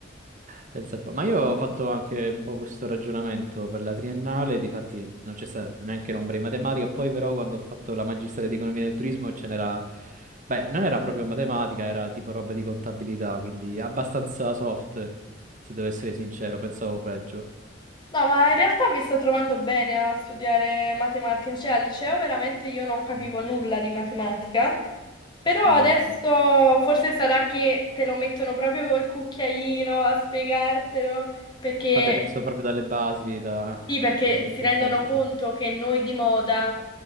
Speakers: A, on the right; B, on the left.
A: Pensa un po'. Ma io ho fatto anche un po' questo ragionamento per la triennale, difatti non c'è stata neanche l'ombra di matematica, poi però quando ho fatto la magistrale di economia del turismo ce n'era, beh, non era proprio matematica, era tipo roba di contabilità, quindi abbastanza soft, se devo essere sincero, pensavo peggio.
B: No, ma in realtà mi sto trovando bene a studiare matematica, cioè al liceo veramente io non capivo
A: Mm,
B: nulla di matematica, però adesso
A: mm.
B: forse sarà che te lo mettono proprio col cucchiaino a spiegartelo, perché
A: Vabbè, penso proprio dalle basi, da...
B: sì, perché
A: delle argomenti
B: si rendono
A: semplici.
B: conto che noi di moda